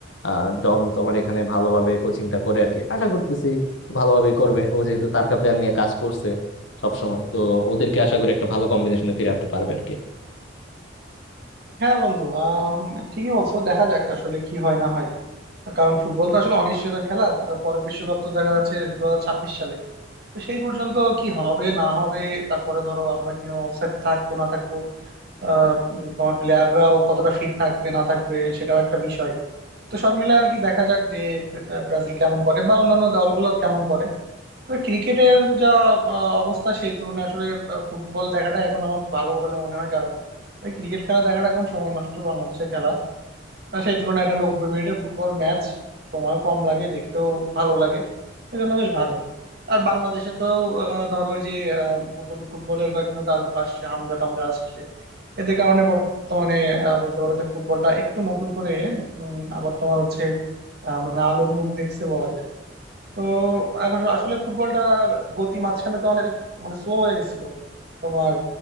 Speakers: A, on the left; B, on the right.
A: আহ ডন তোমার এখানে ভালোভাবে কোচিংটা করে আর কি আশা করতেছি ভালোভাবে করবে ও যেহেতু তারকা প্লেয়ার নিয়ে কাজ করছে সবসময় তো ওদেরকে আশা করি একটা ভালো কম্বিনেশনে ফিরে আনতে পারবে আর কি
B: হ্যাঁ বন্ধু আম, ঠিকই বলছো দেখা যাক আসলে কি হয় না হয় কারণ ফুটবল তো আসলে অনিশ্চয়তার খেলা আহ, পরের বিশ্বকাপ তো দেখা যাচ্ছে দু হাজার ছাব্বিশ সালে তো সেই পর্যন্ত কি হবে না হবে তারপরে ধরো আমরা কি অবস্থায় থাকবো না থাকবো আহ, উম, তোমার প্লেয়াররাও কতটা ফিট থাকবে না থাকবে সেটাও একটা বিষয় তো সব মিলে আর কি দেখা যাক যে আহ, ব্রাজিল কেমন করে বা অন্যান্য দলগুলো কেমন করে তবে ক্রিকেটের যা আহ, অবস্থা সেই তুলনায় আসলে আহ, ফুটবল দেখাটা এখন আমার ভালো বলে মনে হয় কারণ ক্রিকেট খেলা দেখাটা এখন সময় নষ্ট বাংলাদেশের খেলা আর সেই তুলনায় এটা নব্বই মিনিটের ফুটবল ম্যাচ সময়ও কম লাগে দেখতেও ভালো লাগে এজন্য বেশ ভালো আর বাংলাদেশে তো আহ, ধরো ওই যে আহ, নতুন ফুটবলের কয়েকজন তারকা আসছে হামজা টামজা আসছে এদের কারণে বর্তমানে আহ, বলতে পারো যে ফুটবলটা একটু নতুন করে উম, আবার তোমার হচ্ছে আহ, মানে আলোর মুখ দেখছে বলা যায় তো এখন আসলে ফুটবলটার গতি মাঝখানে তো অনেক মানে স্লো হয়ে গেছিল তোমার